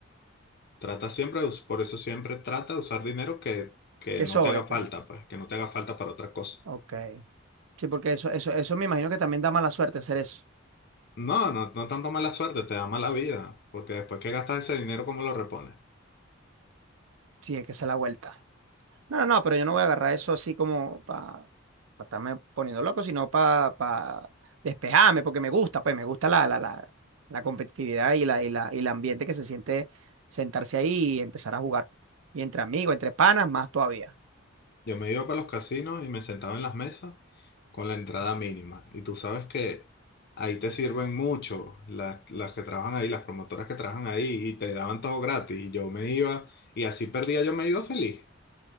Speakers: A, on the left; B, on the right.
A: Trata siempre, de us- por eso siempre trata de usar dinero que, que
B: Que
A: no
B: sobre,
A: te haga
B: pues.
A: falta, pues, que no te haga falta para otra cosa.
B: Ok. Sí, porque eso, eso, eso me imagino que también da mala suerte hacer eso.
A: No, no, no tanto mala suerte, te da mala vida, porque después que gastas ese dinero, ¿cómo lo repones?
B: Sí, es que se la vuelta. No, no, no, pero yo no voy a agarrar eso así como para estarme poniendo loco, sino para pa pa despejarme, porque me gusta, pues me gusta la, la, la, la competitividad y la, y la, y el ambiente que se siente sentarse ahí y empezar a jugar. Y entre amigos, entre panas, más todavía.
A: Yo me iba para los casinos y me sentaba en las mesas con la entrada mínima. Y tú sabes que ahí te sirven mucho las, las que trabajan ahí, las promotoras que trabajan ahí, y te daban todo gratis. Y yo me iba, y así perdía, yo me iba feliz.